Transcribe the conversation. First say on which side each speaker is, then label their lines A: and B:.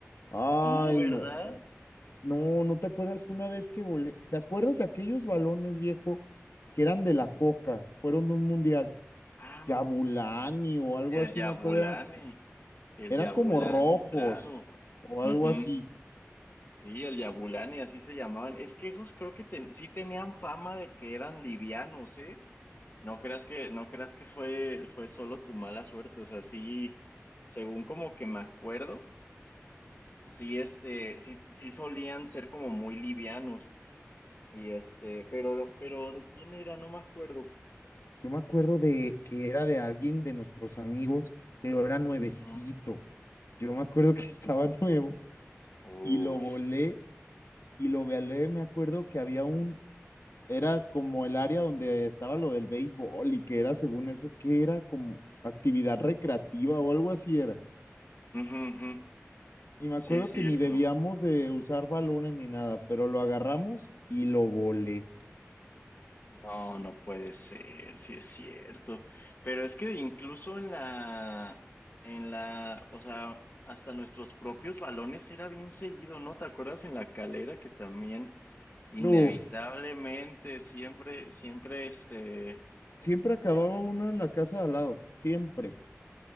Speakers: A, on the left; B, on the left.
A: Ay,
B: tú, ¿verdad?
A: no, no, no te acuerdas una vez que volé, ¿te acuerdas de aquellos balones viejo que eran de la Coca, fueron de un mundial?
B: Ah,
A: Yabulani o algo
B: el
A: así,
B: Yabulani.
A: me acuerdo,
B: El
A: Eran
B: Yabulani,
A: como rojos
B: claro.
A: o
B: Ujú.
A: algo así.
B: Sí, el Yabulani, así se llamaban. Es que esos creo que ten- sí tenían fama de que eran livianos, ¿eh? No creas que, no creas que fue, fue solo tu mala suerte. O sea, sí, según como que me acuerdo, sí, este, sí, sí solían ser como muy livianos. Y este, pero, pero ¿de quién era? No me acuerdo.
A: Yo me acuerdo de que era de alguien de nuestros amigos, pero era nuevecito.
B: Ujú.
A: Yo me acuerdo que <laughs> estaba nuevo
B: Oh.
A: y lo volé y lo volé. Me acuerdo que había un, era como el área donde estaba lo del béisbol y que era según eso, que era como actividad recreativa o algo así era.
B: Ujú, ujú.
A: Y me
B: Sí,
A: acuerdo
B: es
A: que
B: cierto.
A: ni debíamos de usar balones ni nada, pero lo agarramos y lo volé.
B: No, no puede ser, sí es cierto. Pero es que incluso en la, en la, o sea, hasta nuestros propios balones era bien seguido, ¿no? ¿Te acuerdas en la calera que también inevitablemente
A: No,
B: siempre, siempre este,
A: siempre acababa
B: eh,
A: uno en la casa de al lado, siempre.